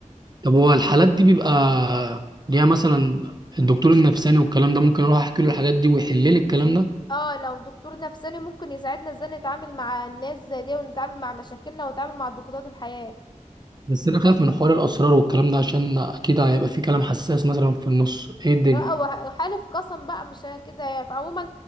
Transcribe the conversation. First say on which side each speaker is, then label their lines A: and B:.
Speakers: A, on the right; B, on the left.
A: طب هو الحالات دي بيبقى ليها مثلا الدكتور النفساني والكلام ده ممكن اروح احكي له الحاجات دي ويحل لي الكلام ده
B: اه لو دكتور نفساني ممكن يساعدنا ازاي نتعامل مع الناس زي دي ونتعامل مع مشاكلنا ونتعامل مع ضغوطات الحياة
A: بس انا خايف من حوار الاسرار والكلام ده عشان اكيد هيبقى في كلام حساس مثلا في النص ايه الدنيا
B: لا وحالف قسم بقى مش كده هيعرف عموما